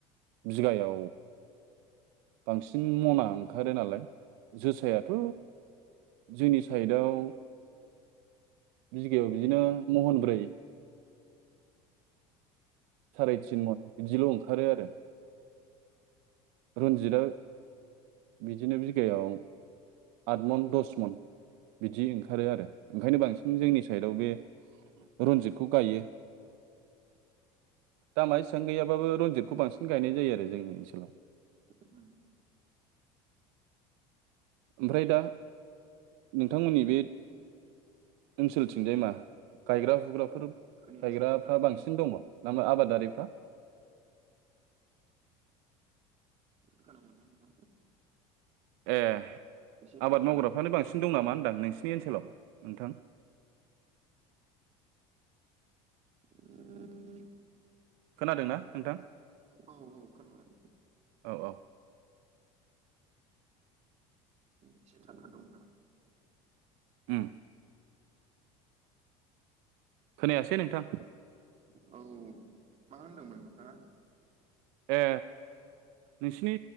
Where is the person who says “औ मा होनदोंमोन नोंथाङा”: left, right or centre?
Right